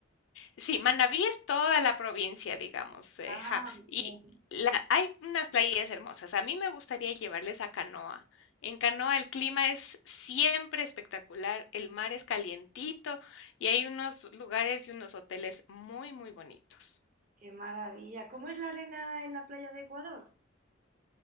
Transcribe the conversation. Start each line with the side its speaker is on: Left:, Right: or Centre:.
Left: Sí, Manabí es toda la provincia, digamos, eh,
Right: Ah,
Left: ja, y
Right: ok.
Left: la, hay unas playas hermosas. A mí me gustaría llevarles a Canoa. En Canoa el clima es siempre espectacular, el mar es calientito y hay unos lugares y unos hoteles muy, muy bonitos.
Right: Qué maravilla. ¿Cómo es la arena en la playa de Ecuador?